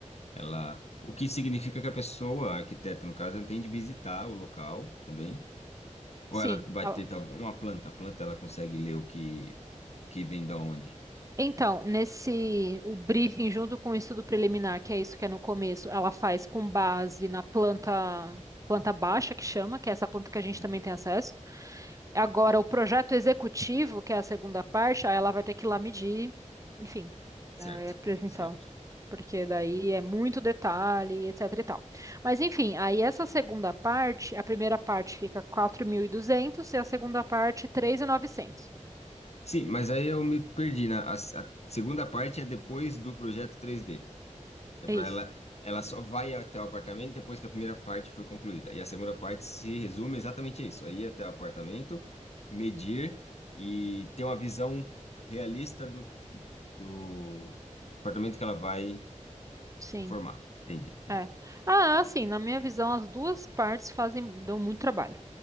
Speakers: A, on the left; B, on the right.
A: Ela, o que significa que a pessoa, a arquiteta no caso, ela tem de visitar o local também, ou
B: Sim.
A: ela vai
B: ela-
A: ter tal- uma planta, a planta ela consegue ler o que, o que vem da onde.
B: Então, nesse o briefing junto com o estudo preliminar, que é isso que é no começo, ela faz com base na planta planta baixa que chama, que é essa planta que a gente
A: Uhum.
B: também tem acesso. Agora, o projeto executivo, que é a segunda parte, aí ela vai ter que ir lá medir, enfim,
A: Certo,
B: é presencial,
A: certo.
B: porque daí é muito detalhe, etc e tal. Mas, enfim, aí essa segunda parte, a primeira parte fica quatro mil e duzentos e a segunda parte três mil e novecentos
A: Sim, mas aí eu me perdi, na, a a segunda parte é depois do projeto 3D. É
B: É
A: para
B: isso,
A: ela, ela só vai até o apartamento depois que a primeira parte foi concluída. E a segunda parte se resume exatamente a isso: aí até o apartamento, medir e ter uma visão realista do, do, do apartamento que ela vai
B: sim,
A: reformar. Entendi, entendi.
B: é. Ah, sim, na minha visão, as duas partes fazem, dão muito trabalho.